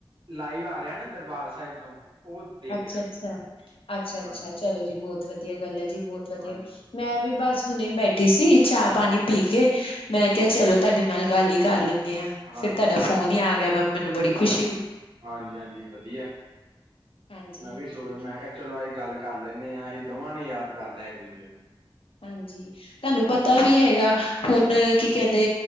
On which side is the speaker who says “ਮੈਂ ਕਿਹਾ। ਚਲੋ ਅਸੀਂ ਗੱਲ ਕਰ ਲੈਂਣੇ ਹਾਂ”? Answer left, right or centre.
Right